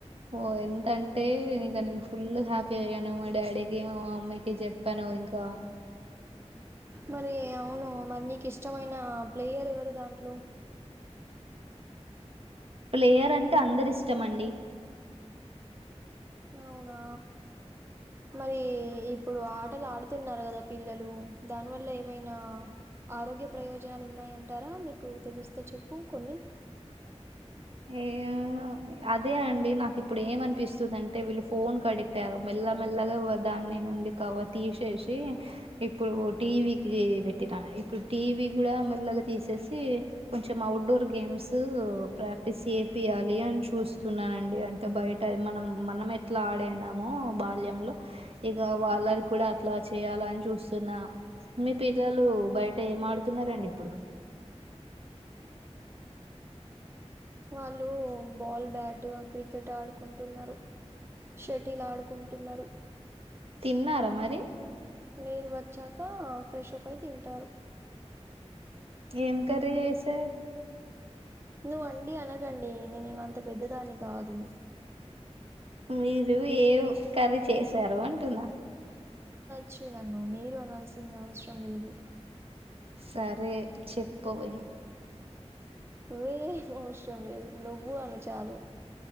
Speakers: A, on the right (about 60°); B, on the right (about 20°).
A: ఓ ఎంతంటే ఇగ నేను ఫుల్ హ్యాపీ అయ్యాను. మా డాడీకి మా మమ్మీ కి చెప్పాను ఇంకా
B: మరి అవును మరి నీకు ఇష్టమైన ప్లేయర్ ఎవరు దాంట్లో
A: ప్లేయర్ అంటే అందరిష్టమండి
B: అవునా మరి ఇప్పుడు ఆటలు ఆడుతున్నారు కదా పిల్లలు దాని వల్ల ఏమైనా ఆరోగ్య ప్రయోజనాలు ఉన్నాయంటారా మీకు తెలుస్తే చెప్పు కొన్ని.
A: ఏమో. అదే అండి నాకు ఇప్పుడు ఏమనిపిస్తుంది అంటే వీళ్ళు ఫోన్ కి అడిక్ట్ అయ్యారు మెల్ల మెల్లగా వదా. నుండి కవార్ తీసేసి ఇప్పుడు టీవీకి పెట్టినా ఇప్పుడు టీవి. కూడ మెల్లగా తీసేసి కొంచెం ఔట్డోర్ గేమ్స్ ప్రాక్. క్టీస్ చేపియాలి అని చూస్తున్నానండి అంటే బయట మనం మనం ఎట్లా ఆడినామో బ. బాల్యంలో ఇగ వాళ్ళని కూడా అట్లా చేయాలని చూస్తున్న మీ పిల్లలు. బయట ఏం ఆడుతున్నారండి ఇప్పుడు.
B: వాళ్ళు బాల్ బ్యాట్ క్రికెట్ ఆడుకుంటున్నారు. షటిల్ ఆడుకుంటున్నారు.
A: తిన్నార మరి.
B: లేదు వచ్చాక ఫ్రెషప్ అయి తింటారు.
A: ఏం కర్రీ చేశారు.
B: నువ్వు అండి అనకండి నేనేమంత పెద్దదాన్ని కాదు.
A: మీరు ఏం కర్రీ చేశారు అంటున్నా.
B: చ్చు నన్ను మీరు అనాల్సింది అవసరం లేదు.
A: సరే చెప్పవే.
B: వే ఏం అవసరం లేదు నువ్వు అను చాలు.